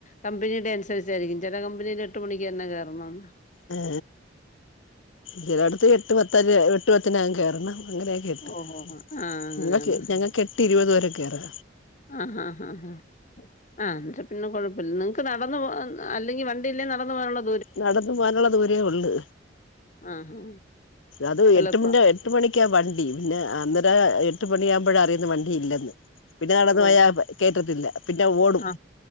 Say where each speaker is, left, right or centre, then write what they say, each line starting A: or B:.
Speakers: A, on the left; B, on the left.
A: കമ്പനിയുടെ അനുസരിച്ചായിരിക്കും ചെല കമ്പനില് എട്ട് മണിക്ക് തന്നെ കേറണം
B: ഏ ചിലട്ത്ത് എട്ട് പത്തര എട്ട് പത്തിനാവും കേറണം അങ്ങനെയൊക്കെ ഇട്ട്
A: ഓഹോ! ആ അങ്ങനെയാണ്.
B: നങ്ങക്ക് ഞങ്ങക്ക് ഏട്ട് ഇരുപത് വരെ കേറാ
A: ആഹ് ആഹ് ആഹ് ആ ന്നിട്ട് പിന്നെ കൊഴപ്പല്ല നിങ്ങക്ക് നടന്ന് പോ അല്ലെങ്കിൽ വണ്ടിയില്ലേ നടന്നു പോകാനുള്ള ദൂ
B: നടന്നു പോകാനുള്ള ദൂരേ ഒള്ള്
A: ആഹാ!
B: അത്
A: എളുപ്പാ.
B: എട്ടുമുന്നേ എട്ട് മണിക്കാ വണ്ടി പിന്നെ അന്നേരം എട്ട് മണിയാകുമ്പഴാ അറിയുന്നേ വണ്ടി ഇല്ലെന്ന് പിന്നെ നടന്നു
A: ഓ!
B: പോയാ കേറ്റത്തില്ല പിന്നെ ഓടും
A: ആ.